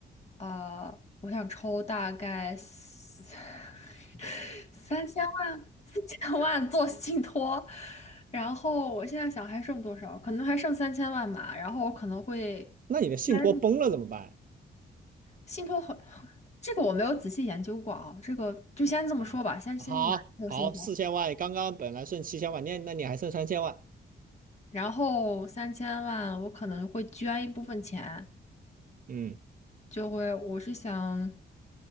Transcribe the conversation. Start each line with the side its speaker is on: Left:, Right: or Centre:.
Left: 呃，我想抽大概三 <laughs> 三千万，四千万做信托，然后我现在想还剩多少，可能还剩三千万吧，然后我可能会因为
Right: 那你的信托崩了怎么办？
Left: 信托很，这个我没有仔细研究过啊，这个就先这么说吧，
Right: 啊，
Left: 先先去拿一个信托。
Right: 好好，四千万，刚刚本来剩七千万，那那你还剩三千万，
Left: 然后三千万我可能会捐一部分钱，
Right: 嗯，
Left: 就会我是想，